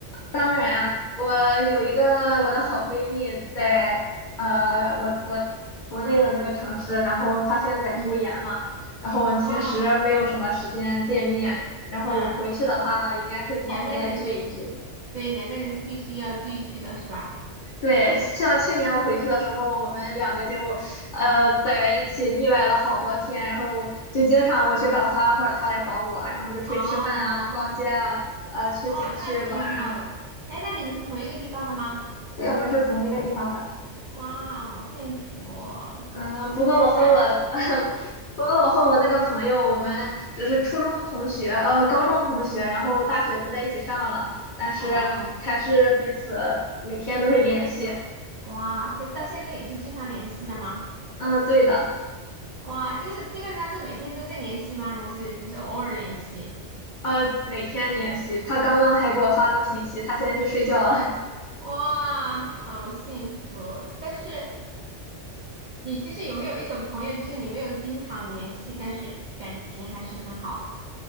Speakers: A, on the left (about 55°); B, on the right (about 60°).
A: 当然啊，我有一个我的好闺蜜在呃，我我国内的那个城市，然后她现在在读研嘛，
B: 嗯，
A: 然后我们平时没有什么时间见面，
B: 哦，
A: 然后我回去的话应该会好好的聚一聚。
B: 啊，两个人，对，两个人是必须要聚一聚的，是吧？
A: 对，像去年我回去的时候，我们两个就呃在一起腻歪了好多天，然后就经常我去找他或者他来找我，然后就出去吃饭啊、
B: 哦，
A: 逛街啊、呃去景区玩啊。
B: 哦，那挺好的。哎，那你们是同一个地方的吗？
A: 对，我们是同一个地方的。
B: 哇，好幸福哦！
A: 嗯，
B: 就是现在。
A: 不过我和我，<laughs> 不过我和我那个朋友，我们只是初中同学，呃，高中同学，然后大学不在一起上了，但是还是彼此每天都会联系。
B: 哦，哇，这到现在也是经常联系的吗？
A: 嗯，对的。
B: 哇，就是基本上是每天都在联系吗？还是就是偶尔联系？
A: 呃，每天联系。他刚刚还给我发过信息，他现在去睡觉了。<laughs>
B: 哇，好幸福！但是你就是有没有一种朋友，就是你没有经常联系，但是感情还是很好的